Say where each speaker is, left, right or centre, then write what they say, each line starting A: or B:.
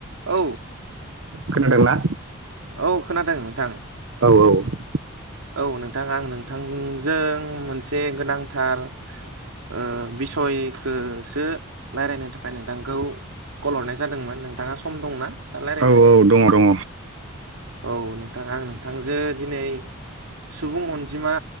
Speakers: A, on the right (about 80°); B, on the right (about 65°).
A: औ
B: खोनादोंना?
A: औ खोनादों नोंथां।
B: औ औ।
A: औ नोंथां आं नोंथांजों मोनसे गोनांथार ओ बिसयखोसो रायलायनो थाखाय नोंथांखौ कल हरनाय जादोंमोन नोंथाङा सम दंना? दा रायलायनो
B: औ औ दङ दङ
A: औ नोंथां आं नोंथांजों दिनै सुबुं अनजिमा